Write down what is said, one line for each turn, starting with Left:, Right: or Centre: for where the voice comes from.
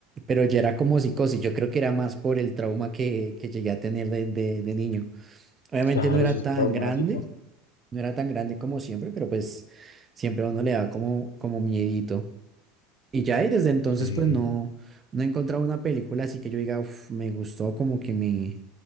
Right: pero ya era como psicosis. Yo creo que era más por el trauma que, que llegué a tener de, de, de niño. Obviamente
Left: Claro,
Right: no era
Left: eso es
Right: tan
Left: traumático.
Right: grande, no era tan grande como siempre, pero pues siempre a uno le da como, como miedito. Y ya, y desde entonces,
Left: Sí,
Right: pues no, no he encontrado una película así que yo diga, "Uf, me gustó, como que me,